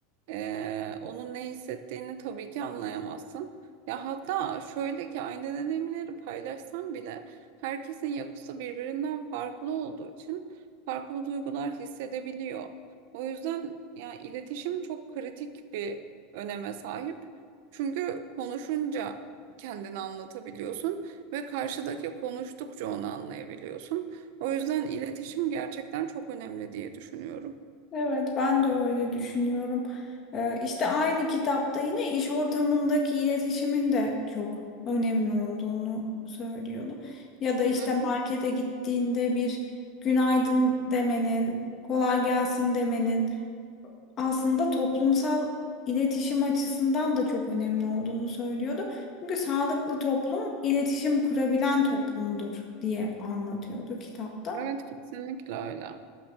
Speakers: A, on the right (about 65°); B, on the left (about 35°).
A: ee, onun ne hissettiğini tabii ki anlayamazsın. Ya hatta şöyle ki aynı deneyimleri paylaşsam bile herkesin yapısı birbirinden farklı olduğu için farklı duygular hissedebiliyor. O yüzden ya iletişim çok kritik bir öneme sahip. Çünkü konuşunca kendini anlatabiliyorsun ve karşıdaki konuştukça onu anlayabiliyorsun. O yüzden iletişim gerçekten çok önemli diye düşünüyorum.
B: Evet, ben de öyle düşünüyorum. Ee, işte aynı kitapta yine iş ortamındaki iletişimin de çok önemli olduğunu söylüyordu. Ya da işte
A: Hı.
B: markete gittiğinde bir günaydın demenin, kolay gelsin demenin aslında toplumsal iletişim açısından da çok önemli olduğunu söylüyordu. Çünkü sağlıklı toplum iletişim kurabilen toplumdur diye anlatıyordu kitapta.
A: Evet kesinlikle öyle.